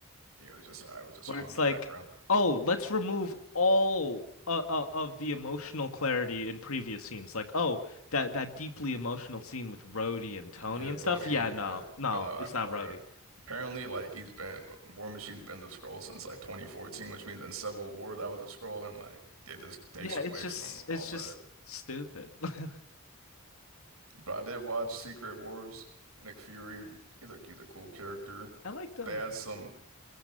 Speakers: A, on the right; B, on the left.
A: yeah, it was just I was just
B: where
A: on
B: it's
A: in the
B: like,
A: background.
B: oh, let's remove all uh, uh, of the emotional clarity in previous scenes. Like, oh, that that deeply emotional scene with Rhodey and Tony
A: Yeah,
B: and
A: Rhodey,
B: stuff. Yeah, no,
A: yeah, yeah.
B: no,
A: But like,
B: it's not
A: I- like,
B: Rhodey.
A: uh, apparently, like he's been War Machine's been the scroll since like 2014, which means in Civil War that was a scroll, and like it just takes
B: Yeah,
A: away
B: it's just
A: from
B: it's
A: all that.
B: just stupid. <laughs>
A: But I did watch Secret Wars. Nick Fury, he's a he's a cool character.
B: I liked um.
A: They had some